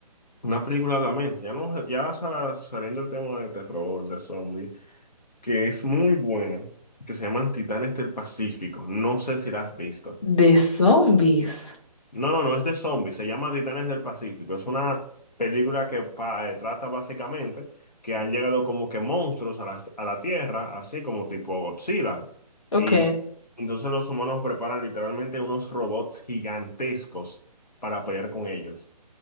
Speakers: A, on the left; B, on the left.
A: una película a la mente, ya no, ya sa- saliendo del tema de terror, de zombies, que es muy buena, que se llaman Titanes del Pacífico. No sé si la has visto.
B: De zombies.
A: No, no, no es de zombies, se llama Titanes del Pacífico. Es una película que pa- eh, trata básicamente que han llegado como que monstruos a la, a la Tierra, así como tipo Godzilla.
B: Ok.
A: Y entonces los humanos preparan literalmente unos robots gigantescos para pelear con ellos.